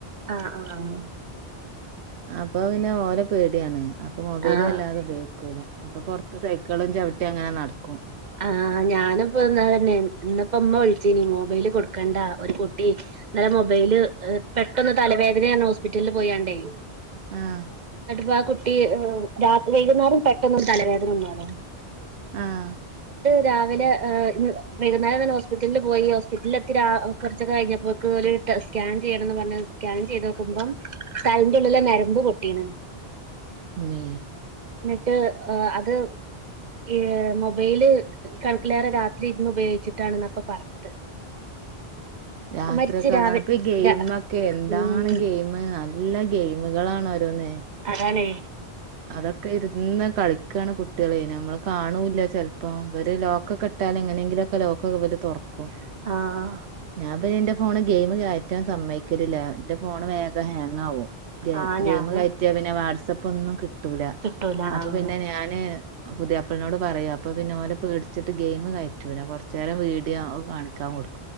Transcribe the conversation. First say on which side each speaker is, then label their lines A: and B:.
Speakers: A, on the right; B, on the right.
A: ആഹ് ആഹ്
B: അപ്പൊ പിന്നെ ഓരോ പേടിയാണ് അപ്പൊ മൊബൈലും
A: ആഹ് ആഹ്
B: വല്ലാതെ ഉപയോഗിക്കൂില്ല അപ്പൊ പുറത്ത് സൈക്കിളും ചവിട്ടിയും അങ്ങനെ നടടുക്കും
A: ആഹ ഞാനിപ്പോന്ന തന്നെ ഇന്നപ്പ അമ്മ വിളിച്ചീനി മൊബൈല് കൊടുക്കണ്ടാ ഒരു കുട്ടി ഇല്ല മൊബൈല് പെട്ടന്ന് തലവേദനയന്ന ഹോസ്പിറ്റലില് പോയണ്ടേ
B: ആഹ
A: വാ കുട്ടി രാത്രി വൈകുന്നേരം പെട്ടെന്ന് തലവേദന ഒന്ന
B: ആഹ
A: രാവിലെ വകുന്നേരം തന്നെ ഹോസ്പിറ്റലിൽ പോയി ഹോസ്പിറ്റലിൽ എത്തി കുറച്ചൊക്കെ കഴിഞ്ഞപ്പോക്ക് സ്കാൻ ചെയ്യണംന്ന് പറഞ്ഞത് സ്കാൻ ചെയ്ത് നോക്കുമ്പതലേന്റ ഉള്ളില നരമ്പ് പൊട്ടിയണ്
B: മ
A: എന്നിട്ട് അത് ഈ മൊബൈല് കണക്കിലേറെ രാത്രി ഇരുന്ന് ഉപയോഗിച്ചിട്ടാണെന്നപ്പൊ പറഞ്ഞത്
B: രാത്രിയക്കെല്ലണ്
A: മരിച്ച് രാവിലെ
B: അപ്പൊ ഈ ഗെയിമ
A: രാ
B: ഒക്കെ എന്താണ്
A: ഉം
B: ഗെയിം നല്ല എല്ലാ ഗെയിമുകളാണട്ടോ രോന്ന്
A: അതാണ്ട്ടോ
B: അതൊക്കെ ഇരുന്ന് കളിക്കുകയാണ് കുട്ടികൾ നമ്മള് കാണൂില്ല ചിലപ്പോ ഇര് ലോക്കക്ക കെട്ടാലും എങ്ങനെങ്കിലുംക്കെ ലോക്കൊക്കെ വ തുറക്കും
A: ആഹ
B: അപ്പൊ എന്റെ ഫോണ് ഗെയിം കയറ്റാൻ സമ്മക്കല്ല എന്റെ ഫോണ് വേഗം ഹാങ്ങ ആും
A: ആഹ്
B: ഗെയിം
A: ഞാനും
B: കയറ്റിയാൽ പിന്നെ <unintelligible> <unintelligible> കിട്ടൂല
A: കിട്ടൂല
B: അപ്പൊ
A: ആഹ്
B: പിന്നെ ഞാന് പുതിയപ്പളിനോട് പറയൂ അപ്പൊ പിന്നെ ഓല പേട കുച്ചിട്ട ഗെയിം കയറ്റൂില്ല കുറ ചില വീഡിയോ കാണിക്കാൻ കൊടുക്കും